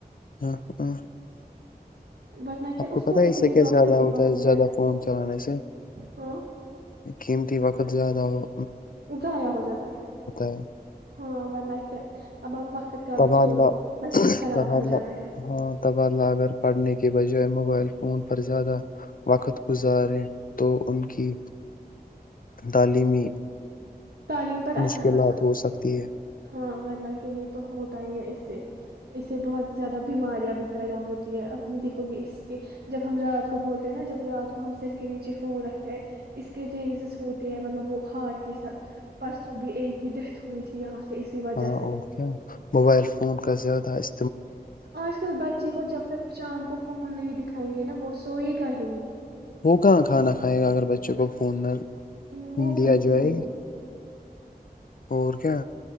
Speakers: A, on the left; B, on the right.
A: ہ ہ ہ
B: ورنہ کیا
A: آپ کو پت ہے اس
B: اتنے
A: سے کیا
B: ڈاکٹر
A: زیادہ
B: کے
A: ہوتا
B: پاس
A: ہے
B: لیا
A: زیادہ فون چلانے سے
B: ہاں
A: قیمتی وقت بت زیادہ وہ
B: ضائع ہو جاتا
A: ہے
B: ہاں ورنہ کیا اب آپ وقت کا
A: تبادلہ
B: بھی چھوڑو بچے خراب
A: تبادلہ
B: ہو جاتے ہیں
A: ہاں تبادلہ اگر پڑھنے کے بجائے موبائل فون پر زیادہ وقت گزاریں تو ان کی تعلیمی
B: تعلیم پر اثر
A: مشکلات
B: پڑ سک
A: ہو سکتی ہے
B: ہاں ورنہ کہ یہ تو ہوتا ہی ہے اس سے اس سے بہت زیادہ بیماریاں بھی پیدا ہوتی ہے اپنی دیکھو گے اس کے جب ہم رات کو بولتے ہیں نا جب رات کو ہم سر کے نیچے فون رکھتے ہیں اس کے ریزز ہوتے ہیں مطلب وہ ہاتٹ کے ساتھ پرسوں بھی ایکے کی ڈیتھ ہوئی تھی یہاں سے اسی وجہ
A: ہاں
B: سے
A: اور کیا موبائل فون کا زیادہ اس
B: آج کل بچے کو جب تک شام کو فون نہیں دکھائیں گے نا وہ سوئے گ کا ہی نہیں
A: وہ کہاں کھانا کھائے گا اگر بچے کو فون
B: ہ وہ
A: دیا
B: بالکل
A: جائے
B: بھی نہیں
A: اور کیا